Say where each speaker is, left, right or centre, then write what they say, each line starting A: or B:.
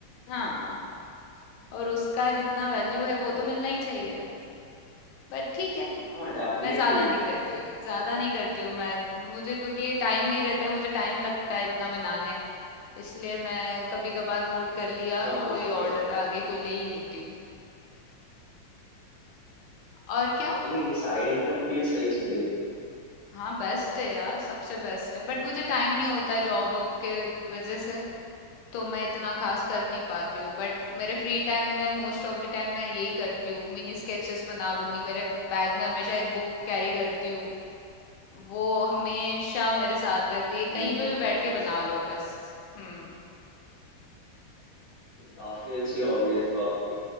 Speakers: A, on the left; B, on the left.
A: हाँ और उसका जितना वैल्यू है वो
B: क्या
A: तो मिलना ही चाहिए बट ठीक है
B: हाँ डेफिनेटली
A: मैं ज्यादा नहीं करती हूँ ज्यादा नहीं करती हूँ मैं मुझे क्योंकि टाइम नहीं रहता है मुझे टाइम लगता है इतना बनाने इसलिए मैं कभी कभार मूड कर लिया
B: हाँ हाँ
A: कोई
B: समझ
A: ऑर्डर
B: रहा हूँ
A: आ गई तो ले ही लेती हूँ और क्या
B: नहीं नहीं नहीं साइड इनकम के लिए सही चीज है
A: हाँ बेस्ट है यार सबसे बेस्ट है बट मुझे टाइम नहीं होता है जॉब वर्क के वजह से तो मैं इतना खास कर नहीं पाती हूँ बट मेरे फ्री टाइम
B: यस
A: में मोस्ट ऑफ द टाइम मैं यही करती हूँ मिनी स्केचेस बना लूंगी मेरे बैग में हमेशा एक बुक कैरी करती हूँ वो हमेशा मेरे साथ रहती है
B: हम्म
A: कहीं पे भी
B: काफी
A: बैठ के
B: अच्छा
A: बना लो बस हम्म
B: नहीं, काफी अच्छी हॉबी है तो आपकी